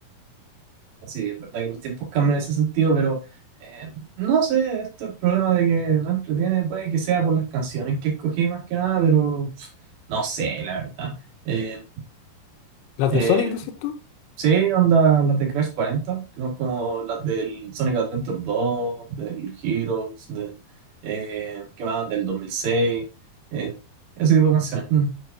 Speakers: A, on the right; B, on the left.
A: Sí, es verdad que los tiempos cambian en ese sentido, pero eh, no sé, esto es el problema de que no entretiene, puede que sea por las canciones que escogí más que nada, pero pf, no sé, la verdad. Eh,
B: ¿Las
A: eh,
B: de Sonic decís tú?
A: sí, onda las de Crash 40 que son como las del Sonic Adventure dos del Heroes, de, eh, ¿qué más? Del 2006, eh, ese tipo de canciones. mm.